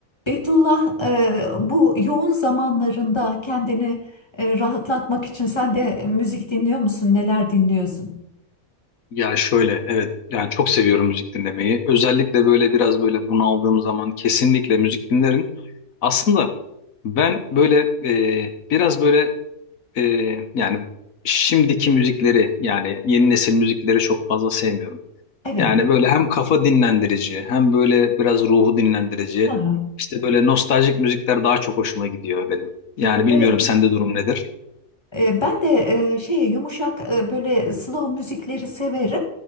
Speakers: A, on the left; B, on the left.
A: Beytullah, e, bu yoğun zamanlarında kendini e, rahatlatmak için sen de müzik dinliyor musun? Neler dinliyorsun?
B: Ya şöyle evet yani çok seviyorum müzik dinlemeyi. Özellikle böyle biraz böyle bunaldığım zaman kesinlikle müzik dinlerim. Aslında ben böyle e, biraz böyle e, yani şimdiki müzikleri yani yeni nesil müzikleri çok fazla sevmiyorum.
A: Evet.
B: Yani böyle hem kafa dinlendirici hem böyle biraz ruhu dinlendirici
A: Aha.
B: işte böyle nostaljik müzikler daha çok hoşuma gidiyor benim. Yani bilmiyorum
A: Evet.
B: sende durum nedir?
A: E, ben de e, şey yumuşak e, böyle slow müzikleri severim.